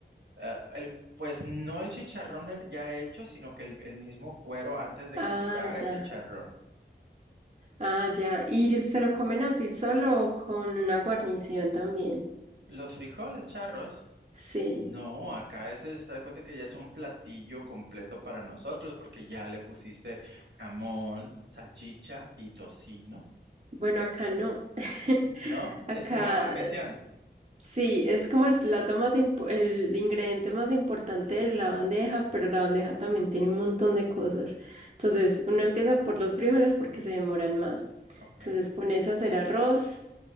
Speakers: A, on the right; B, on the right.
A: Ah, el, pues no el chicharrón el- ya hecho, sino que el, el mismo cuero antes de
B: Ah,
A: que se haga
B: ya.
A: chicharrón.
B: Ah, ya. ¿Y se lo comen así solo o con una guarnición también?
A: Los frijoles charros.
B: Sí.
A: No, acá ese se da cuenta que ya es un platillo completo para nosotros, porque ya le pusiste jamón, salchicha y tocino.
B: Bueno, acá no. <laughs>
A: ¿no?
B: Acá
A: Es como una guarnición.
B: Sí, es como el plato más impo- el ingrediente más importante de la bandeja, pero la bandeja también tiene un montón de cosas. Entonces, uno empieza por los frijoles porque se demoran más.
A: Ok.
B: Entonces, pones a hacer arroz